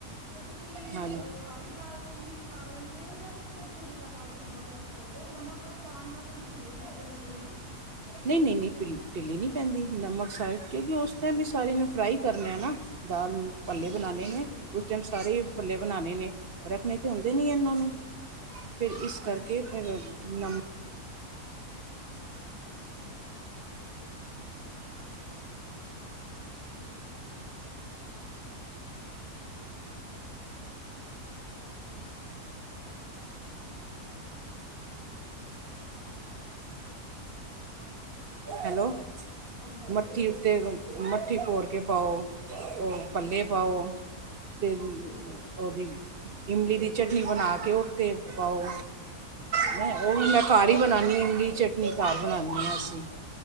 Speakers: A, on the right (about 85°); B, on the right (about 40°).
A: ਉਹ ਤੁਸੀਂ
B: ਹਾਂਜੀ
A: ਅ ਸਾਰੀ ਦਾਲ ਚ ਮਿਕਸ ਕਰ ਲੈਂਦੇ ਹੋ ਜਾਂ ਫਿਰ ਥੋੜ੍ਹੀ-ਥੋੜ੍ਹੀ ਦਾਲ ਚ ਨਮਕ ਮਿਕਸ ਕਰਦੇ ਹੋ। ਓਹ ਨਮਕ ਪਾਣ ਨਾ ਥੋੜ੍ਹੀ ਢਿੱਲੀ ਪੈ ਜਾਂਦੀ ਐ ਨਾ।
B: ਨਈਂ ਨਈਂ ਨਈਂ, ਢਿ ਢਿੱਲੀ ਨੀ ਪੈਂਦੀ ਨਮਕ ਸਾਰੇ ਕਿਉਂਕਿ ਉਸ ਦਿ ਵੀ ਸਾਰੇ ਨੂੰ ਫਰਾਈ ਕਰਨ ਆ ਨਾ। ਦਾਲ ਪੱਲੇ
A: ਹਾਂਜੀ-ਹਾਂਜੀ
B: ਬਣਾਣੇ ਨੇ।
A: ਠੀਕ
B: ਉਸ ਟਾਈਮ ਸਾਰੇ ਪੱਲੇ ਬਣਾਣੇ ਨੇ, ਰੱਖਣੇ ਤੇ ਹੁੰਦੇ
A: ਠੀਕ
B: ਨੀਂ
A: ਹੈ
B: ਇਹਨਾਂ ਨੂੰ। ਫਿਰ ਇਸ
A: ਹਾਂਜੀ
B: ਕਰਕੇ
A: ਠੀਕ
B: ਫਿਰ
A: ਹੈ
B: ਨਮ ਹੈਲੋ,
A: ਹਾਂਜੀ-ਹਾਂਜੀ
B: ਮੱਠੀ ਉੱਤੇ ਮੱਠੀ ਭੋਰ ਕੇ ਪਾਓ, ਓਹ ਪੱਲੇ
A: ਅੱਛਾ
B: ਪਾਓ ਤੇ
A: ਠੀਕ ਹੈ
B: ਉਹਦੀ ਇਮਲੀ ਦੀ ਚਟਨੀ ਬਣਾ ਕੇ ਉਤੇ ਪਾਓ,
A: ਠੀਕ
B: ਹੈਂ
A: ਹੈ
B: ਉਹ ਵੀ ਮੈਂ ਘਰ ਈ ਬਣਾਣੀ ਹੁੰਦੀ ਚਟਨੀ, ਘਰ ਬਣਾਣੀ ਅਸੀਂ।